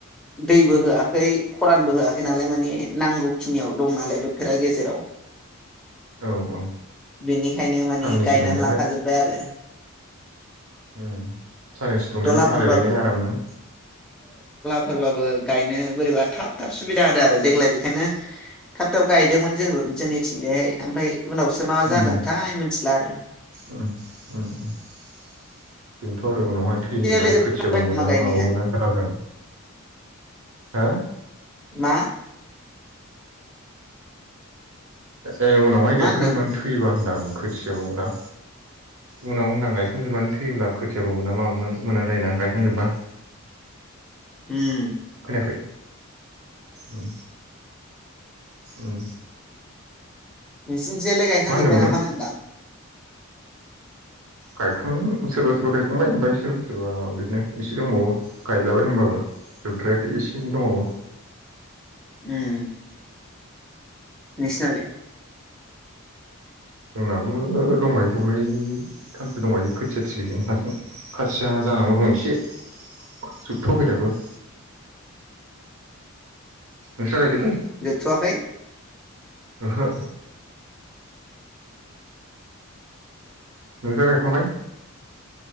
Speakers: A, in the centre; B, on the right (about 75°).
A: दैबो होआखै खरानबो होआखै नालाय माने नांगौखिनियाव दं नालाय बोथोरा गेजेराव।
B: औ औ
A: बेनिखायनो माने
B: साननैसो
A: गायनानै
B: दुंलायबाय
A: लाखाजोब्बाय आरो।
B: उम साननैसो दुंलायबाय
A: दलहाफोरबाबो
B: हालायबायनाय आरामनो।
A: फोरबाबो गायनो बोरैबा थाब थाब सुबिदा होदो आरो देग्लाय बेखायनो थाब थाब गायदोंमोन जों जोंनिथिंजायहाय ओमफ्राय उनावसो मा
B: उम
A: जागोनथाय मिथिला आरो।
B: उम उम बेनोथ' आरो उनावहाय थैयोब्ला
A: लोगोफोर
B: खोथियाबो मोना
A: नामा गायनाया
B: माबो मोना। जारला जागोन हो
A: मा?
B: ए उनावहाय
A: मा
B: गायखांग्रोमोन
A: होनदों
B: थैयोबा होनदां खोथियाबो मोना। उनाव होनदां गायखांजोबनानै थैयोब्ला खोथियाबो मोना माबो मोना जायो ना गायखांजोबबा। <inaudible>
A: हम
B: खोनाखै उम उम
A: नोंसिनिथियालाय गायखांजोब्बाय
B: होनदोंमोन नों
A: नामा होनब्ला?
B: गायखां सोरबा सोरबा गायखांबाय ओमफ्राय सोरबा सोरबा बिदिनो इसे दंबावो। गायलाबाय होमबाबो जोबद्रायाखै एसे एनै दंबावो।
A: उम। नोंसिनालाय?
B: जोंनाबो दंबायो दब्लायथामसो दंबायो खोथिया थिलिजों माजों। खासिया जानांगौ दं एसे जोबथ'वाखै दाबो। नोंस्रा गायजोबबाय?
A: जोबथ'वाखै?
B: ओहो। नोंस्रा गायखांबाय?